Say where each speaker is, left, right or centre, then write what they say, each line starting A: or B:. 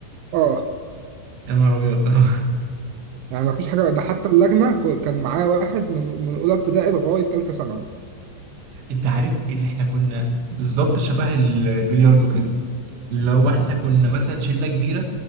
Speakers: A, on the right; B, on the right.
A: آه
B: يا نهار ابيض <laughs>
A: يعني مفيش حاجة ده حتى اللجنة ك- كان معايا واحد من من أولى ابتدائي لغاية تالتة ثانوي
B: انت عارف اللي احنا كنا بالظبط شبه البلياردو كده لو احنا
A: اه
B: كنا مثلا شله كبيره